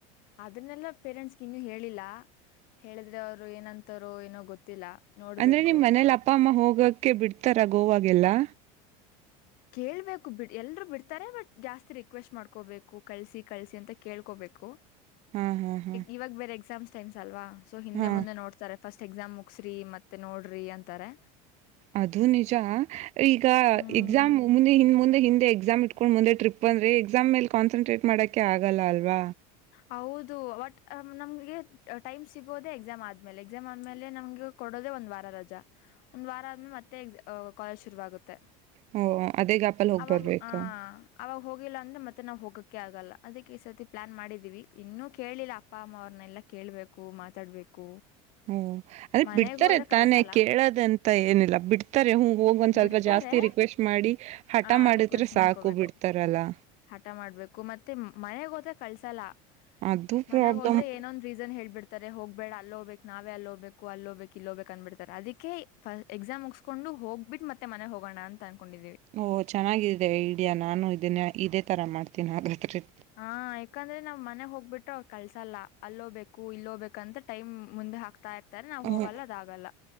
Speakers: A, on the left (about 55°); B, on the right (about 40°).
A: ಅದನ್ನೆಲ್ಲಾ ಪೇರೆಂಟ್ಸ್ಗೆ ಇನ್ನು ಹೇಳಿಲ್ಲಾ. ಹೇಳಿದ್ರೆ ಅವ್ರು ಏನಂತಾರೋ ಏನೋ ಗೊತ್ತಿಲ್ಲ. ನೋಡ್ಬೇಕು
B: ಅಂದ್ರೆ ನಿಮ್ ಮನೇಲಿ ಅಪ್ಪ ಅಮ್ಮ ಹೋಗಕ್ಕೆೆ ಬಿಡ್ತಾರ ಗೋವಾಗೆಲ್ಲಾ.
A: ಕೇಳ್ಬೇಕು ಬಿಡ್ ಎಲ್ರೂ ಬಿಡ್ತಾರೆ ಬಟ್ ಜಾಸ್ತಿ ರಿಕ್ವೆಸ್ಟ್ ಮಾಡ್ಕೋಬೇಕು ಕಳ್ಸಿ ಕಳ್ಸಿ ಅಂತ ಕೇಳ್ಕೋಬೇಕು.
B: ಹಾ ಹಾ ಹಾ
A: ಇವಾಗ ಬೇರೆ ಎಕ್ಸಾಮ್ಸ್ ಟೈಮ್ಸ್ ಅಲ್ವಾ ಸೊ ಹಿಂದೆ
B: ಹಾ
A: ಮುಂದೆ ನೋಡ್ತಾರೆ. ಫಸ್ಟ್ ಎಕ್ಸಾಮ್ ಮುಗಸ್ರಿ ಮತ್ತೆ ನೋಡ್ರಿ ಅಂತಾರೆ.
B: ಅದು ನಿಜ ಈಗ
A: ಹ್ಮ್
B: ಎಕ್ಸಾಮ್ ಮುಂದೆ ಹಿಂದ್ ಮುಂದೆ ಹಿಂದೆ ಎಕ್ಸಾಮ್ ಇ. ಕಕೊಂಡ್ ಮುಂದೆ ಟ್ರಿಪ್ ಬಂದ್ರೆ ಎಕ್ಸಾಮ್ ಮೇಲೆ ಕಾನ್ಸನ್ಟ್ರೇಟ್ ಮಾಡಕೆ ಆಗಲ್ಲ ಅಲ್ವಾ.
A: ಹೌದು ಬಟ್ ನಮ್ಗೆ ಟೈಮ್ ಸಿಗೋದೆ ಎಕ್ಸಾಮ್ ಆದ್ಮೇಲೆ ಎಕ್ಸಾಮ್ ಆದ್ಮೇಲೆ ನಮ್ಗೆ. ಕೊಡೋದೇ ಒಂದ್ ವಾರ ರಜಾ ಒಂದ್ ವಾರ ಆದ್ಮಲೆ ಮತ್ತೆ ಕಾಲೇಜ್ ಶುರುವಾಗುತ್ತೆ.
B: ಹಓ ಅದೇ ಗಾಪಲ್ ಹೋಗ್
A: ಅವಾಗ
B: ಬರ್ಬೇಕಾ.
A: ಆ ಅವಾಗ ಹೋಗಿಲ್ಲ ಅಂದ್ರೆ ಮತ್ತೆ ನಾವವು ಹೋಗೋಕ್ಕೆ ಆಗಲ್ಲ ಅದಕ್ಕೆ ಈ ಸರ್ತಿ ಪ್ಲಾನ್ ಮಾಡಿದ. ವಿ ಇನ್ನುೂ ಕೇಳಿಲ್ಲ ಅಪ್ಪ ಅಮ್ಮ ಅವ್ರನ್ನೆಲ್ಲಾ ಕೇಳ್ಬೇಕು ಮಾತಾಡ್ಬೇಕು.
B: ಓ ಅದ
A: ಮನೆಗ್
B: ಬಿಡ್ತಾರೆ
A: ಹೋದ್ರೆ ಕಳ್ಸಲ್ಲ
B: ತಾನೇ ಕೇಳೋದ ಅಂತ ಏನಿಲ್ಲ ಬಿಡ್ತಾರೆ ಹೂ ಹೋಗ ಒಂದ್ ಸ್ವಲ್ಪ
A: ಬಿಡ್ತಾರೆ
B: ಜಾಸ್ತಿ ರಿ. ರಿಕ್ವೆಸ್ಟ್ ಮಾಡಿ ಹಠ
A: ಆ
B: ಮಾಡಿದ್ರೆ
A: ರಿಕ್ವೆಸ್ಟ್
B: ಸಾಕ್ಬಿಡ್ತಾರಲ್ಲಾ.
A: ಮಾಡ್ಕೋಬೇಕು ಹಠ ಮಾಡ್ಬೇಕು ಮತ್ತೆ ಮನೆಗ್ ಹೋದ್ರೆ ಕಳ್ಸಲ್ಲ
B: ಅದು
A: ಮನೆಾಗ
B: ಪ್ರಾಬ್ಲಮ್
A: ಹೋದ್ರೆ ಏನೊಂದ. ರೀಸನ್ ಹೇಳ್ಬಿಡ್ತಾರೆ ಹೋಗ್ಬೇಡ ಅಲ್ಲಿ ಹ್ುಕ್ ನಾವೇ ಅಲ್ಲ ಹ್ು ಅಲ್ಲ ಹೋಗ್ು ಇಲ್ಲ ಹೋಗ್ಕ್ ಅನ್ಬಿಡ್ತಾರೆ ಅದಕ್ಕೆ. ಫಸ್ಟ್ ಎಕ್ಸಾಮ್ ಮುಗಸ್ಕೊಂಡು ಹೋಗ್ಬಿಟ್ಟ ಮತ್ತೆ ಮನೆ ಹೋಗೋಣ ಅಂತ ಅನ್ಕೊಂಡಿದ್ದೀವಿ.
B: ಓಹ ಚೆನ್ನಾಗಿದೆ ಐಡಿಯಾ ನಾನು ಇದನ್ನ ಇದೇ ಥರ ಮಾಡ್ತೀನಿ ಹಾಗಾದ್ರೆ.
A: ಹಾ ಯಾಕಂದ್ರೆ ನಾವ್ ಮನೆಗ್ ಹೋಗ್ಬಿಟ್ರೆ ಅವ್ರು ಕಲ್ಸಲ್ಲ ಅಲ್ಲೋ್ಬೇಕು ಇಲ್ಲೋ್ಬೇಕು ಅಂತ ಟೈಮ್ ಮುಂದೆ ಹಾಕ್ತ ಾ ಇರ್ತಾರೆ ನಾ್ ಹೋಗಲ್ಲ
B: ಹ್ಮ
A: ಅದಾಗಲ್ಲ.